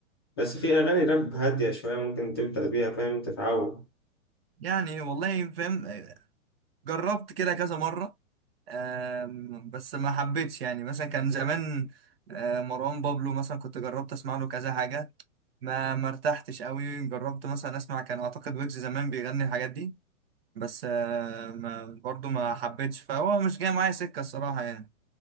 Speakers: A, on the left (about 20°); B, on the right (about 45°).
A: بس في اغاني راب هادية شوية ممكن تبدأ بيها فاهم تتعود
B: يعني والله فاهم آه، جربت كده كذا مره آم، بس ما حبيتش يعني مثلا كان زمان آه، مروان بابلو مثلا كنت جربت اسمع له كذا حاجه ما ما ارتحتش قوي جربت مثلا اسمع كان اعتقد ويجز زمان بيغني الحاجات دي بس آه، ما برضه ما حبيتش فهو مش جاي معايا سكه الصراحه يعني